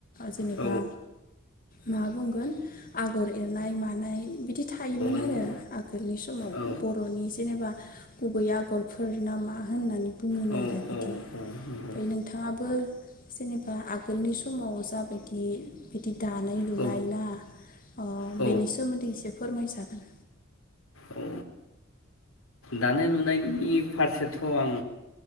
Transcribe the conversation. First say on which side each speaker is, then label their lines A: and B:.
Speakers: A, on the left (about 40°); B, on the left (about 75°).
A: जेनेबा
B: औ
A: मा बुंगोन आगर एरनाय मानाय बिदि थायोमोन
B: नंगौ
A: आरो आगोलनि समाव
B: औ
A: बरनि जेनेबा गुबै आगरफोर ना मा होननानै बुङोनो
B: औ औ
A: आरो बिदि
B: औ
A: ओमफ्राय
B: नंगौ
A: नोंथाङाबो जेनेबा आगोलनि समाव जाबायदि बिदि दानाय लुनाय
B: नंगौ
A: ना ओ
B: औ
A: बेनि सोमोन्दै एसे फोरमायजागोन
B: औ दानाय लुनायनि फारसेथ आं